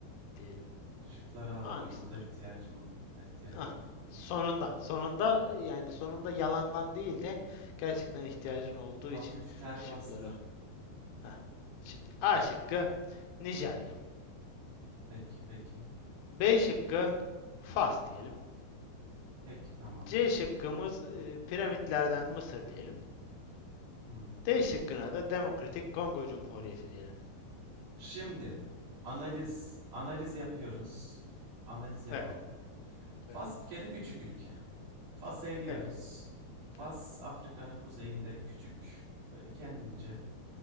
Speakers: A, on the left; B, on the right.
A: diyelim.
B: Şıkları alalım.
A: Hangisidir?
B: Burada ihtiyacım var, burada ihtiyacım
A: Ah,
B: var.
A: sonunda, sonunda yani sonunda yalandan değil de gerçekten ihtiyacın olduğu
B: Hafif
A: için
B: ter
A: şıkları.
B: bastım.
A: Heh. Şimdi A şıkkı Nijerya.
B: Peki, peki.
A: B şıkkı Fas diyelim.
B: Peki, tamam.
A: C şıkkımız eee, piramitlerden Mısır diyelim.
B: Hmm.
A: D şıkkına da Demokratik Kongo Cumhuriyeti diyelim.
B: Şimdi analiz, analiz yapıyoruz. Analiz yapalım.
A: Evet,
B: Fas
A: evet.
B: bir kere küçük ülke. Fas'ı eliyoruz.
A: Eyvallah,
B: Fas
A: eyvallah.
B: Afrika'nın kuzeyinde küçük, böyle kendince